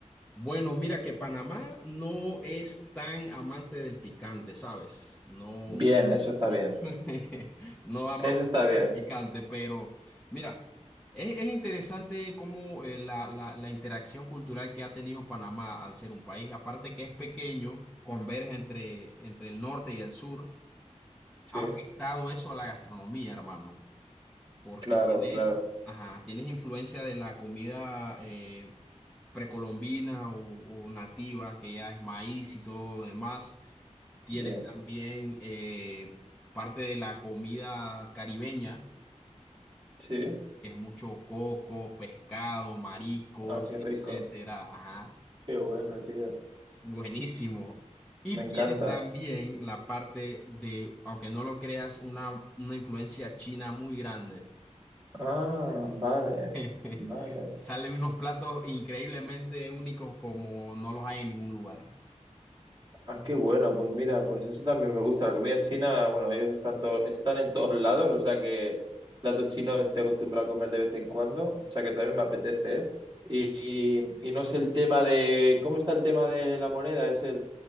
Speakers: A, in the centre; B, on the right.
A: Bueno, mira que Panamá no es tan amante del picante, ¿sabes? No,
B: Bien, eso está
A: no
B: bien.
A: <laughs> no amamos
B: Eso está bien.
A: el picante, pero mira, es, es interesante cómo eh, la, la, la interacción cultural que ha tenido Panamá al ser un país, aparte que es pequeño, converge entre, entre el norte y el sur,
B: Sí,
A: ha afectado eso a la gastronomía, hermano, porque
B: claro,
A: tienes,
B: claro.
A: ajá, tienes influencia de la comida. eh, precolombina o, o nativa, que ya es maíz y todo lo demás. Tienes
B: Bien,
A: también eh, parte de la comida caribeña,
B: sí.
A: que es mucho coco, pescado, mariscos,
B: Ah, qué
A: etcétera.
B: rico.
A: Ajá,
B: Qué bueno, tío.
A: buenísimo. Y
B: Me
A: tienes
B: encanta.
A: también la parte de, aunque no lo creas, una, una influencia china muy grande.
B: Ah, vale,
A: <laughs>
B: vale.
A: Salen unos platos increíblemente únicos como no los hay en ningún lugar.
B: Ah, qué bueno, pues mira, pues eso también me gusta. La comida china, bueno, ellos están, to- están en todos <laughs> lados, o sea que plato chino estoy acostumbrado a comer de vez en cuando, o sea que también me apetece, ¿eh? Y, y- y no sé el tema de, ¿cómo está el tema de la moneda? Es el,